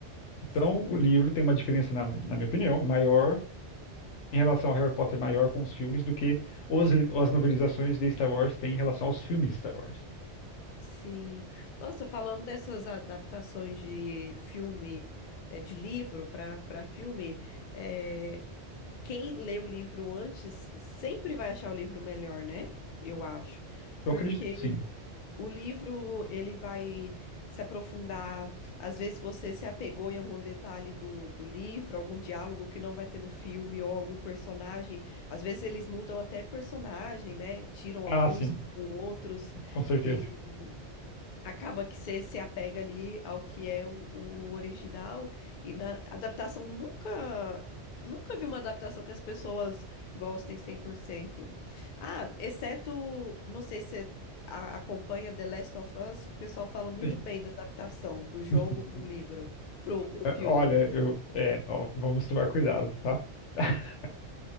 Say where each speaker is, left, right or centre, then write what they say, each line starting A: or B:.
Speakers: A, on the left; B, on the left.
A: Sim.
B: Então, o livro tem uma diferença, na, na minha opinião, maior em relação ao Harry Potter, maior com os filmes do que os, as novelizações de Star Wars têm em relação aos filmes de Star Wars.
A: Sim. Nossa, falando dessas adaptações de filme, é, de livro para para filme, é, quem lê o livro antes sempre vai achar o livro melhor, né? Eu acho.
B: Eu
A: Porque
B: acredito, que sim.
A: o livro ele vai se aprofundar. Às vezes você se apegou em algum detalhe do, do livro, algum diálogo que não vai ter no filme, ou algum personagem. Às vezes eles mudam até personagem, né? Tiram
B: Ah,
A: alguns,
B: sim,
A: outros.
B: com certeza.
A: E acaba que você se apega ali ao que é o, o original e na adaptação nunca nunca vi uma adaptação que as pessoas gostem cem por cento Ah, exceto, não sei se você a- acompanha The Last of Us, o pessoal fala muito
B: Sim.
A: bem da adaptação do jogo
B: <laughs>
A: pro livro, pro, pro filme.
B: Olha, eu, é, ó, vamos tomar cuidado, tá? <laughs>